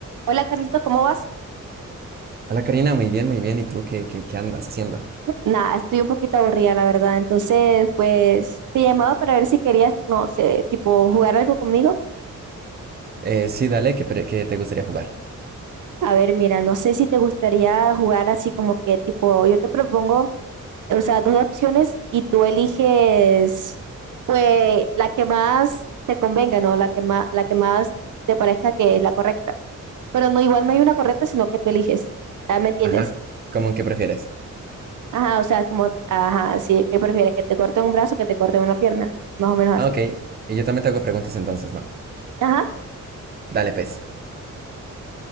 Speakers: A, on the right (about 75°); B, on the right (about 30°).
A: Hola Carlito, ¿cómo vas?
B: Hola Karina, muy bien, muy bien. ¿Y tú qué, qué, qué andas haciendo?
A: Nada, estoy un poquito aburrida, la verdad. Entonces, pues te llamaba para ver si querías, no sé, tipo jugar algo conmigo.
B: Eh, sí, dale, qué, pre- que te gustaría jugar.
A: A ver, mira, no sé si te gustaría jugar así como que tipo, yo te propongo, o sea, dos opciones y tú eliges, pues, la que más te convenga, ¿no? La que más, la que más te parezca que es la correcta. Pero no, igual no hay una correcta, sino que tú eliges. Ah, ¿Me entiendes?
B: Ajá, ¿cómo que prefieres?
A: Ajá, o sea, como, ajá, sí, ¿qué prefieres? ¿Que te corten un brazo o que te corten una pierna? Más o menos así.
B: Ah, ok. Y yo también te hago preguntas entonces, ¿no?
A: Ajá,
B: Dale, pues.